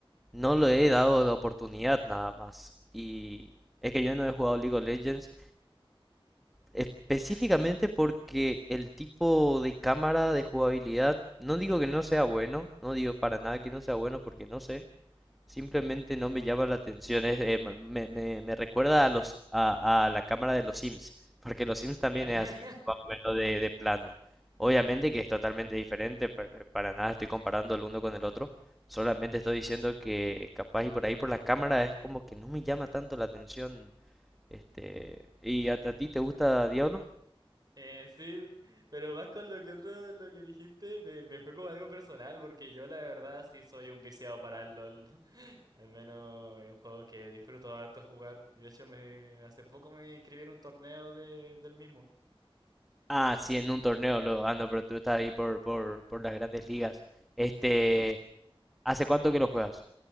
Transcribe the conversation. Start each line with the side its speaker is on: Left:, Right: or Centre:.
Centre: no le he dado la oportunidad nada más. Y es que yo no he jugado League of Legends. Específicamente
Right: ¿Ya?
Centre: porque el tipo de cámara de jugabilidad, no digo que no sea bueno, no digo para nada que no sea bueno porque no sé, simplemente no me llama la atención, es, eh, me, me- me- me recuerda a los a, a la cámara de los Sims, porque los Sims también
Right: Ya. <laughs>
Centre: es así, más o menos de, de plano. Obviamente que es totalmente diferente, pa- pa- para nada estoy comparando el uno con el otro, solamente estoy diciendo que capaz y por ahí por la cámara es como que no me llama tanto la atención. Este, ¿y a, a ti te gusta Diablo?
Right: Eh, sí, pero más con lo que otro, lo que dijiste, me, me fue como algo personal, porque yo la verdad sí soy un viciado para el LOL. <laughs> Al menos es un juego que disfruto harto jugar. Y de hecho me, hace poco me inscribí en un torneo de, del mismo.
Centre: Ah, sí, en un torneo luego. Ah, no, pero tú estás ahí por, por, por las grandes ligas. Este, ¿hace cuánto que lo juegas?